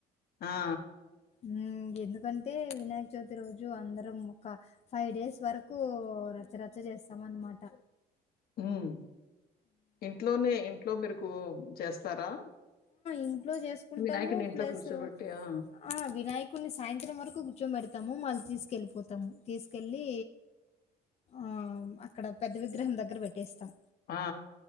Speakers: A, on the left; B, on the left.
A: ఆఆ
B: ఊ ఎ ఎందుకంటే వినాయ్క చౌతి రోజు అందరం ఒక ఫైవ్ డేస్ వరకు రచ్చరచ్చ చేస్ తవన్మాట
A: ఉం ఇంట్లొనే ఇంట్లొ మిరుకు చేస్తారా
B: ఇంట్లొ చేసుకుంటము
A: వినాయకుడిని ఇంట్లో
B: ప్లస్
A: కూర్చోబెట్టి ఆ!
B: ఆ వినాయకుని సాయంత్రం వరకు కూర్చోంబెడతము ఉ మల్తిస్ కెళ్పోతము తీసుకెల్లి ఆ అక్కడ పెద్ద విగ్రహం దగ్గర పెట్ పెటేస్తం
A: ఆ!